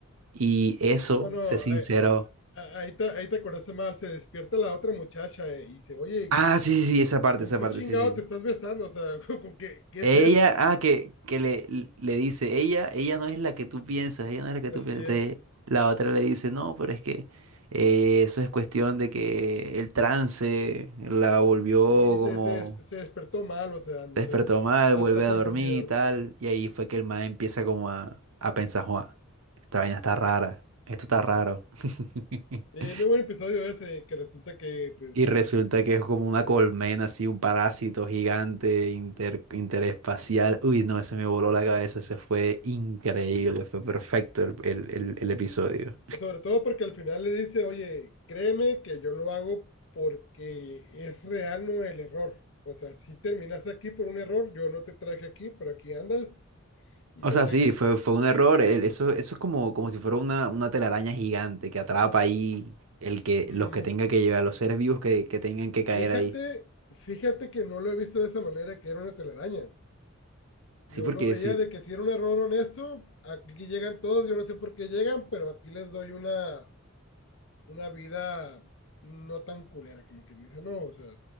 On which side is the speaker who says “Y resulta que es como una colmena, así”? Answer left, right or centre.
Right